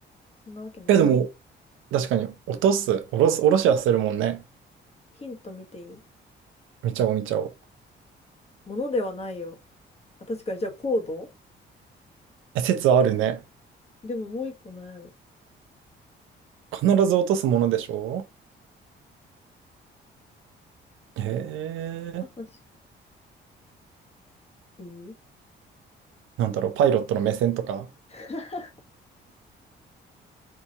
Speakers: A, on the left; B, on the right.
A: そんなわけないか。
B: え、でも、確かに落とす、下ろす、下ろしはするもんね。
A: ヒント見ていい
B: 見ちゃおう、見ちゃおう。
A: ものではないよ。あ、確かに、じゃあコード
B: え、説あるね。
A: でももう一個なんやろ。
B: 必ず落とすものでしょへえ
A: 朝しいい
B: なんだろう、パイロットの目線とか、
A: <laughs>